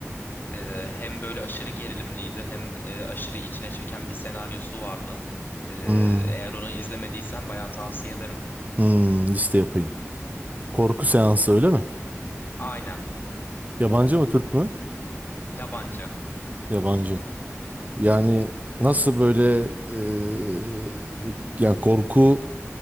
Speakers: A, on the left (about 40°); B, on the right (about 30°).
A: E, hem böyle aşırı gerilimliydi hem e, aşırı içine çeken bir senaryosu vardı. E,
B: Hmm,
A: eğer onu izlemediysen bayağı tavsiye ederim.
B: hmm, liste yapayım. Korku seansı öyle mi?
A: Aynen.
B: Yabancı mı Türk mü?
A: Yabancı.
B: Yabancı. Yani nasıl böyle e, yani korku